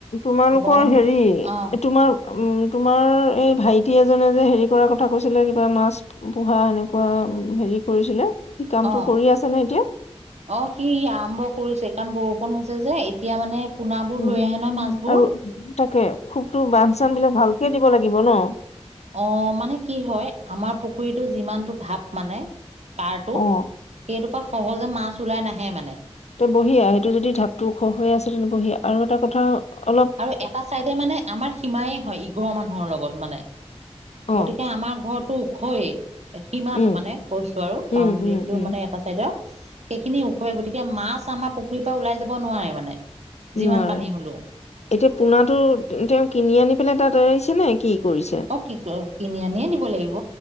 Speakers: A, on the left; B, on the right.
A: তোমালোকৰ
B: গৰম
A: হেৰি
B: অ
A: তোমাৰ উম তোমাৰ এই ভাইটি এজনে যে হেৰি কৰাৰ কথা কৈছিলে কিবা মাছ পোহা এনেকুৱা হেৰি কৰিছিলে সি কামটো
B: অহ
A: কৰি আছে নে এতিয়া?
B: অ সি আৰম্ভ কৰিছে কাৰণ বৰষুণ হৈছে যে এতিয়া মানে পোনাবোৰ
A: উম
B: লৈ আহে নহয় মাছবোৰ
A: আৰু তাকে খুবটো বান্ধ চান্ধ বিলাক ভালকে দিব লাগিব ন
B: অহ মানে কি হয় আমাৰ পুখুৰীটোত যিমানটো ধাপ মানে পাৰটো
A: অ
B: সেইটোৰ পৰা সহজে মাছ ওলাই নাহে মানে
A: তো বহিয়া সেইটো যদি ঢাপটো ওখ হৈ আছে তেন্তে বহিয়া আৰু এটা কথা অলপ
B: আৰু এটা চাইডে মানে আমাৰ সীমাই হয় ইঘৰৰ মানুহৰ লগত মানে
A: অ
B: গতিকে আমাৰ ঘৰটো ওখয়ে সীমাটো
A: উম
B: মানে কৈছো আৰু বাউণ্ডেৰীটো
A: উম উম উম
B: মানে এটা চাইডৰ সেইখিনি ওখৰে গতিকে মাছ আমাৰ পুখুৰীৰ পৰা ওলাই যাব নোৱাৰে মানে যিমান
A: নোৱাৰে
B: পানী হলো
A: এতিয়া পোনাটো তেওঁ কিনি আনি পেলাই তাত এৰিছে নে কি কৰিছে?
B: অ কি কিনি আনিয়ে দিব লাগিব